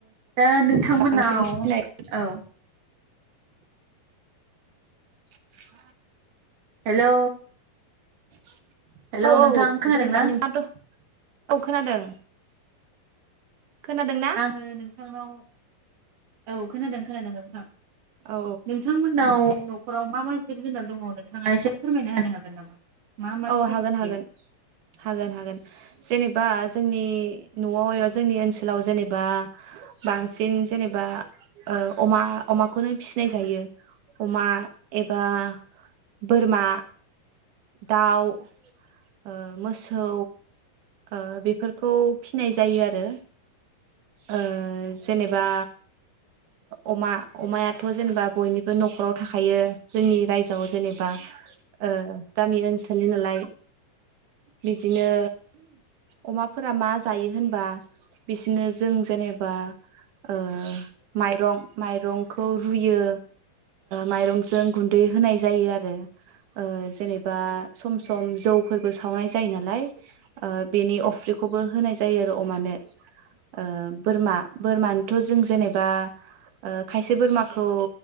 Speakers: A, on the right; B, on the right.
A: दा नोंथांमोनाव
B: बांसिन फिनाय
A: औ
B: औ
A: हेलौ
B: <inaudible>
A: हेलौ
B: औ औ
A: नोंथां खोनादोंना?
B: जेनेबा नोंहाथ औ खोनादों खोनादोंना
A: आङो नोंथांनाव औ खोनादों खोनादों नोंथां
B: औ
A: नोंथांमोननाव नख'राव मा मा जिब जुनार दङ नोंथाङा एसे फोरमायना होनो हागोन नामा? मा मा
B: औ
A: फिसियो
B: हागोन हागोन हागोन हागोन जेनेबा जोंनि न'आव एबा जोंनि ओनसोलाव जेनेबा बांसिन जेनेबा अमा अमाखौनो फिसिनाय जायो अमा एबा बोरमा दाउ ओ मोसौ ओ बेफोरखौ फिनाय जायो आरो ओ जेनेबा अमा अमायाथ' जेनेबा बयनिबो नखराव थाखायो जोंनि रायजोआव जेनेबा ओ गामि ओनसोलनि नालाय। बिदिनो अमाफोरा मा जायो होनबा बिसोरनो जों जेनेबा ओ माइरं माइरंखौ रुयो माइरंजों गुन्दै होनाय जायो आरो ओ जेनेबा सम सम जौ फोरबो सावनाय जायो नालाय ओ बेनि अफ्रिखौबो होनाय जायो आरो अमानो ओ बोरमा बोरमानोथ' जों जेनेबा खायसे बोरमाखौ